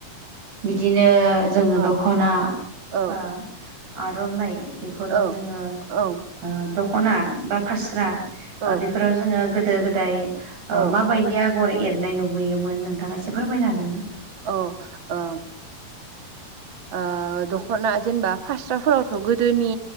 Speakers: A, on the right (about 80°); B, on the right (about 65°).
A: बिदिनो जोङो
B: अ
A: दख'ना
B: औ
A: बा आरो आर'नाइ बेफोराव
B: औ
A: जोङो
B: औ
A: ओ द खना बा फास्रा
B: औ
A: ओ बेफोराव जोङो गोदो गोदाय ओ
B: औ
A: माबायदि आगर एरनाय नुबोयोन नोंथाङा एसे फोरमायनो हागोन ना
B: औ ओ ओ दख'ना जेनेबा फास्राफोरावथ' गोदोनि